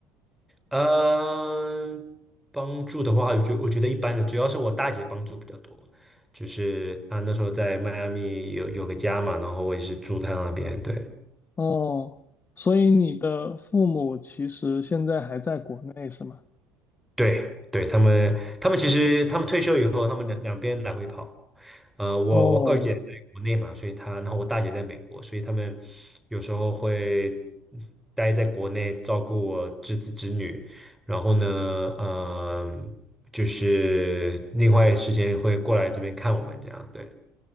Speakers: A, in the centre; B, on the left.
A: 嗯，帮助的话，我觉我觉得一般的，主要是我大姐帮助比较多。就是她那时候在迈阿密有有个家嘛，然后我也是住她那边，对。
B: 哦，所以你的父母其实现在还在国内是吗？
A: 对对，他们他们其实他们退休以后，他们两两边来回跑。呃，我我二姐在国内嘛，
B: 哦
A: 所以她，然后我大姐在美国，所以他们有时候会待在国内照顾我侄子侄女，然后呢，嗯、就是另外时间会过来这边看我们这样，对，